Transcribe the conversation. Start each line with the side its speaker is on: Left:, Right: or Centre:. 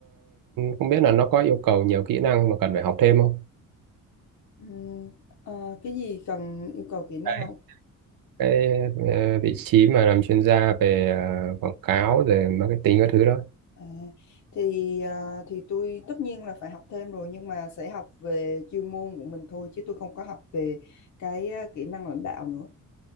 Right: không biết là nó có yêu cầu nhiều kỹ năng mà cần phải học thêm không
Left: Ừ. Ờ, cái gì cần yêu cầu kỹ năng
Right: cái,
Left: không?
Right: cái ờ, vị trí mà làm chuyên gia về ờ, quảng cáo rồi marketing các thứ đó
Left: À, thì à, thì tôi tất nhiên là phải học thêm rồi nhưng mà sẽ học về chuyên môn của mình thôi chứ tôi không có học về cái à, kỹ năng lãnh đạo nữa.